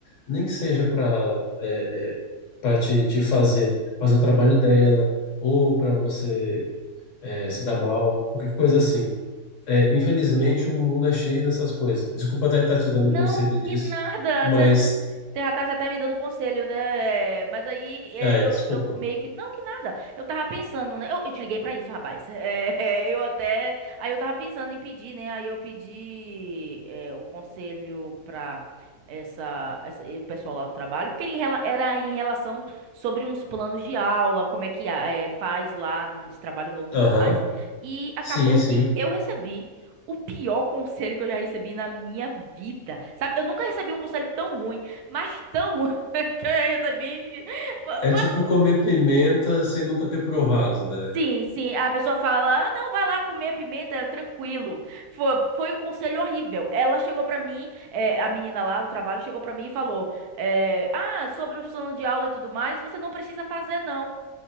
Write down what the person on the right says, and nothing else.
Não,
que nada.
Você já tá já tá me dando conselho, né? Mas aí é,
eu,
eu meio que. Não, que nada. Eu tava pensando, né? Eu, eu te liguei pra isso, rapaz. <laughs> É, eu até. Aí eu tava pensando em pedir, né? Aí eu pedi é, o conselho pra essa, essa- e o pessoal lá do trabalho, porque ele em rela- era em relação sobre uns planos de aula, como é que ah, é, faz lá nesse trabalho novo e tudo
mais. E acabou
que eu recebi. O pior conselho que eu já recebi na minha vida. Sabe, eu nunca recebi um conselho tão ruim, mas tão ruim <laughs> que eu já recebi. Foi-
foi-
Sim, sim. A pessoa fala: ah, não, vai lá comer pimenta, é tranquilo. Foi, foi um conselho horrível. Ela chegou pra mim, é, a menina lá do trabalho chegou pra mim e falou: é, ah, sobre o plano de aula e tudo mais, você não precisa fazer, não.